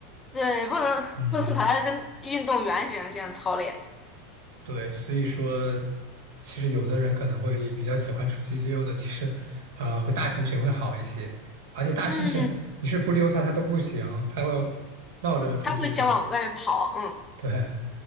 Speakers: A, on the left; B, on the right.
A: 对，不能不能把它跟运动员这样这样操练。
B: 嗯。对，所以说，其实有的人可能会比较喜欢出去溜的，其实，呃，会大型犬会好一些。而且大型犬，
A: 嗯，
B: 你是不溜它，它都不行，它要闹着出去的。
A: 他会想往外面跑，嗯。
B: 对，